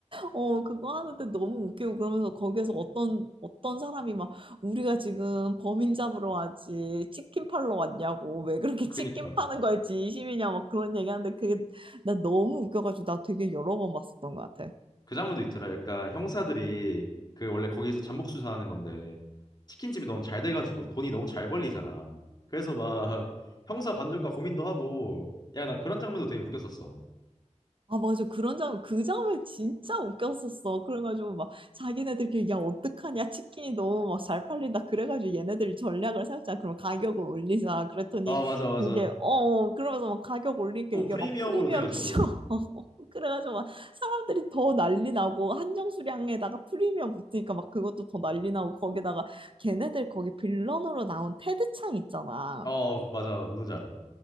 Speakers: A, on the right (about 45°); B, on the left (about 35°).
A: 어, 그거 하는데 너무 웃기고 그러면서 거기에서 어떤, 어떤 사람이 막 우리가 지금 범인 잡으러 왔지, 치킨 팔러 왔냐고, 왜 그렇게
B: 그니까.
A: <laughs> 치킨 파는 거에 진심이냐, 막 그런 얘기 하는데 그게 나 너무 웃겨가지고 나 되게 여러 번 봤었던 것 같아.
B: 그 장면도 있잖아. 약간 형사들이 그 원래 거기서 잠복 수사하는 건데 치킨집이 너무 잘 돼가지고 돈이 너무 잘 벌리잖아. 그래서 막 <laughs> 형사 관둘까 고민도 하고 야, 나 그런 장면도 되게 웃겼었어.
A: 아, 맞아. 그런 장, 그 장면 진짜 웃겼었어. 그래가지고 막 자기네들끼리 야, 어떡하냐. 치킨이 너무 막 잘 팔린다. 그래가지고 얘네들이 전략을 세웠잖아. 그럼 가격을 올리자. 그랬더니
B: 아, 맞아, 맞아.
A: 그게, 어, 어, 그러면서 막 가격 올리니까
B: 또
A: 이게
B: 프리미엄으로
A: 막 프리미엄
B: 돼가지고
A: 치고. <laughs> 그래가지고 막 사람들이 더 난리 나고 한정 수량에다가 프리미엄 붙으니까 막 그것도 더 난리 나고 거기다가 걔네들 거기 빌런으로 나온 테드 창 있잖아.
B: 어 맞아 누군지 알아